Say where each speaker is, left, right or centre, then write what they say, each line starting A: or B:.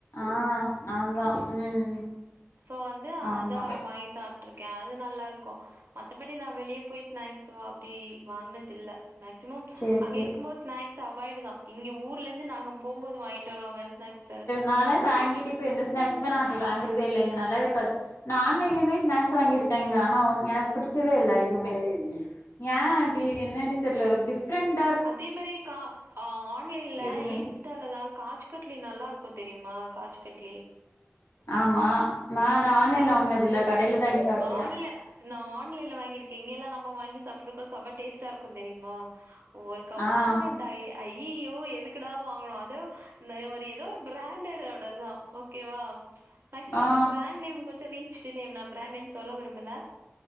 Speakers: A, on the left; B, on the right.
A: ஆ அதா ம்
B: சோ வந்து
A: ஆமா
B: அத வாங்கி சாப்ட்ரு யாது நல்லா இருக்கு மத்தபடி நா வெளியே போய் ஸ்நாக்ஸ் வ அப்டி வாங்குனது இல்ல மேக்சிமம்
A: சேரி
B: அங்க
A: சேரி
B: இருக்கும் போது ஸ்நாக்ஸ் அவாய்டு தா இங்க ஊர்லேருந்து நாங்க போம்போது வாங்கிட்டு வருவாங்க ஸ்நாக்ஸு
A: னால வாங்கிட்டு இப்போ எந்த ஸ்நாக்ஸுமே நா இப்ப வாங்குறதே இல்லங்க நல்லாவே இருக்காது நா ஆன்லைன்லயுமே ஸ்நாக்ஸ் வாங்கியிருக்கேங்க ஆனா ஒன் எனக்கு பிடிச்சவே இல்ல எதுவுமே ஏ அப்டி என்னன்னு தெர்ல ஒரு டிஃப்ரெண்ட்
B: அதே மாரியே கா ஆ ஆன்லைன்ல
A: எதுமே
B: இன்ஸ்டால தா காஜ் கட்லி நல்லாருக்கு தெரியுமா காஜ் கட்லி
A: ஆமா நா நா ஆன்லைன்ல
B: ஆ
A: வாங்குனது இல்ல கடையில தா வாங்கி சாப்ட்டுருக்க
B: ஆன்ல நா ஆன்லைன்ல வாங்கிருக்கே இங்க எல்லா நம்ம வாங்கி சாப்ட்ருக்கோ சம டேஸ்ட் டா இருக்கு தெரியுமா ஒருக்கா
A: ஆ
B: வாங்கணுண்டா ஐய்யயோ எதுக்குடா வாங் குனோ அது நெ ஏதோ ஒரு பிராண்டட் ஓடதுதா ஓகேவா மேக்சிமம்
A: ஆ
B: அந்த பிராண்ட் நேம் கொஞ்ச ரீச்டு நேம் தா பிராண்ட் நேம் சொல்ல விரும்பல